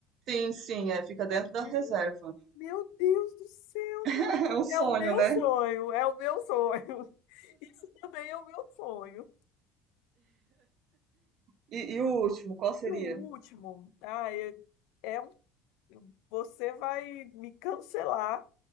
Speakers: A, on the right (about 55°); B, on the left (about 70°).
A: Sim, sim, é, fica dentro
B: Ai,
A: da
B: meu,
A: reserva.
B: meu Deus do céu, meu-
A: <laughs> É um sonho,
B: é o meu
A: né?
B: sonho, é o meu sonho. <laughs> Isso também é o meu sonho.
A: E, e o último, qual seria?
B: E o último, ah é, é um, você vai me cancelar